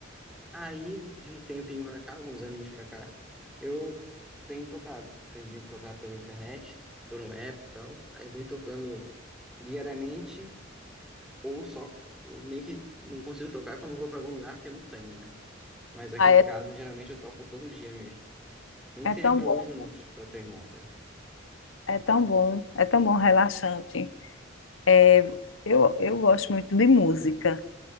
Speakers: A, in the centre; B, on the left.
A: Aí, de um tempinho pra cá, alguns aninhos pra cá, eu tenho tocado. Aprendi a tocar pela internet, por um app e tal. Aí vem tocando diariamente ou só, ou meio que não consigo tocar quando eu vou pra algum lugar que eu não tenha, né? Mas aqui
B: Ah,
A: em
B: é,
A: casa, geralmente eu toco todo dia mesmo. Nem
B: é
A: que seja
B: tão
A: por
B: bom,
A: alguns minutos pra treinar, né?
B: é tão bom, é tão bom, relaxante. É, eu, eu gosto muito de música.